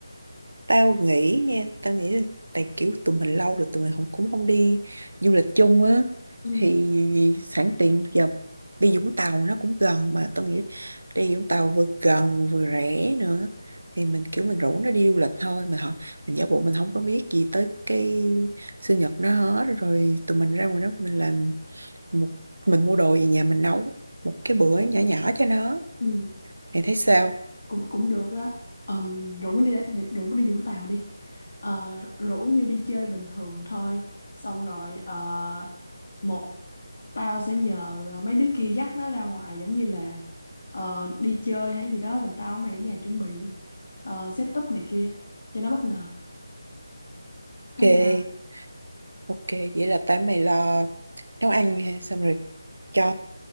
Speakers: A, on the right (about 70°); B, on the left (about 55°).
A: tao nghĩ nha, tao nghĩ là tại kiểu tụi mình lâu rồi tụi mình không cũng không đi du lịch chung á
B: ừ
A: thì sẵn tiện giờ đi Vũng Tàu nó cũng gần mà tao nghĩ đi Vũng Tàu vừa gần vừa rẻ nữa thì mình kiểu mình rủ nó đi du lịch thôi mình họ mình giả bộ mình không có biết gì tới cái sinh nhật nó hết rồi tụi mình ra ngoài đó mình làm một mình mua đồ về nhà mình nấu một cái bữa nhỏ nhỏ cho nó
B: ừ
A: mày thấy sao
B: cũng cũng được á Ờm, rủ nó đi đi- rủ nó đi Vũng Tàu đi Ờ, rủ như đi chơi bình thường thôi xong rồi ờ, một tao sẽ nhờ ờ, mấy đứa kia dắt nó ra ngoài giống như là ờ, đi chơi hay gì đó rồi tao với mày ở nhà chuẩn bị ờ, set up này kia cho nó bất ngờ thấy
A: ok
B: sao
A: ok vậy là tại mày lo nấu ăn ha, xong rồi cho